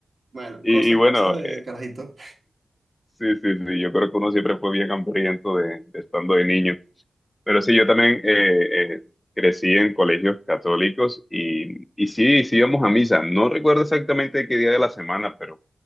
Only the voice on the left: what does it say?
Y,
y bueno,
eh,
sí, sí, sí. Yo creo que uno siempre fue bien hambriento de, de estando de niño. Pero sí, yo también eh, eh, crecí en colegios católicos y, y sí, sí íbamos a misa. No recuerdo exactamente qué día de la semana, pero